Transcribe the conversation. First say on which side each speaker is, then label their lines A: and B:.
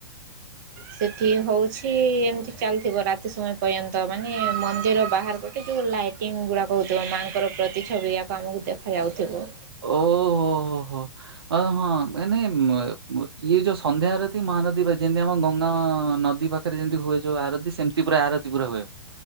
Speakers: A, on the right; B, on the right.
A: ସେଠି ହଉଛି ଏମିତି ଚାଲିଥିବ ରାତି ସମୟ ପର୍ଯ୍ୟନ୍ତ ମାନେ ମନ୍ଦିର ବାହାର ପଟେ ଯୋଉ ଲାଇଟିଙ୍ଗ ଗୁଡାକ ହଉଥିବ ମାଙ୍କର ପ୍ରତିଛବି ୟାକ ଆମକୁ ଦେଖାଯ ଯାଉଥିବ।
B: ଓହୋ ହୋ ହୋ ଅ ହଁ ମାନେ ଇଏ ଯୋଉ ସନ୍ଧ୍ୟା ଆରତୀ ମହାନଦୀ ବା ଯେମିତି ଆମ ଗଙ୍ଗା ନଦୀ ପାଖରେ ପାଖରେ ଯେମତି ହୁଏ ଯାଉ ଆରତି ସେମତି ପୁରା ଆରତି ପୁରା ହୁଏ।